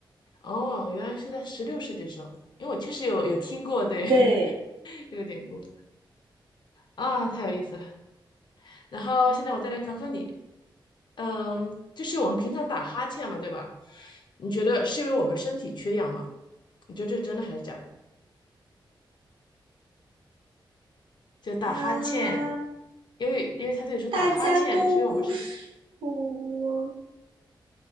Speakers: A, on the left; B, on the right.
A: 哦，原来是在十六世纪时候，因为我确实有有听过对 <laughs>
B: 对，
A: 这个典故啊，太有意思了。然后现在我再来考考你，嗯，就是我们平常打哈欠嘛，对吧？你觉得是因为我们身体缺氧吗？你觉得这是真的还是假的？就打哈欠，
B: 啊，
A: 因为因为他这里说打哈欠是因为我们身体，
B: 大家都说，